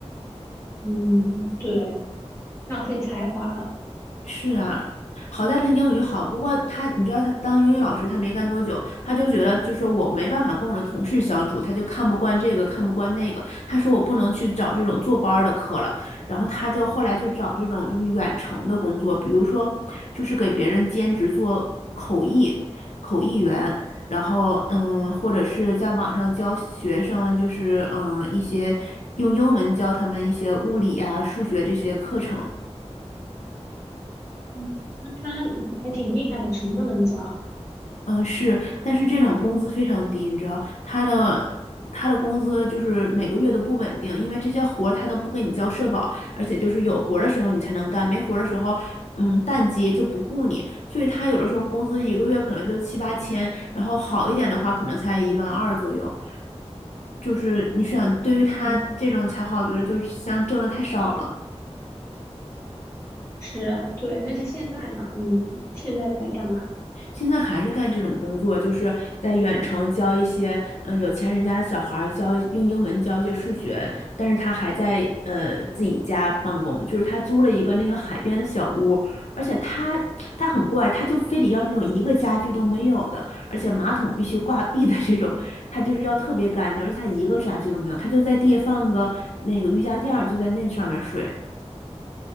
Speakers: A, on the left; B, on the left.
A: 嗯，对，浪费才华了。
B: 是啊，好在他英语好，不过他，你知道他当英语老师，他没干多久，他就觉得就是我没办法跟我的同事相处，他就看不惯这个，看不惯那个。他说我不能去找这种坐班儿的课了，然后他就后来就找这种就是远程的工作，比如说就是给别人兼职做口译，口译员，然后嗯，或者是在网上教学生，就是嗯一些用英文教他们一些物理啊、数学这些课程。
A: 嗯，那他还挺厉害的，什么都能教。
B: 嗯，是，但是这种工资非常低，你知道，他的他的工资就是每个月都不稳定，因为这些活儿他都不给你交社保，而且就是有活儿的时候你才能干，没活儿的时候，嗯，淡季就不雇你，所以他有的时候工资一个月可能就七八千，然后好一点的话可能才一万二左右，就是你想，对于他这种才好，
A: 嗯。
B: 我觉得就是像挣的太少了。
A: 是啊，对。那他现在呢？你现在在干嘛？
B: 现在还是干这种工作，就是在远程教一些嗯有钱人家的小孩儿教用英文教一些数学，但是他还在呃自己家办公，就是他租了一个那个海边的小屋，而且他他很怪，他就非得要那种一个家具都没有的，而且马桶必须挂壁的这种，他就是要特别干净，而且他一个家具都没有，他就在地下放个那个瑜伽垫儿，就在那上面睡。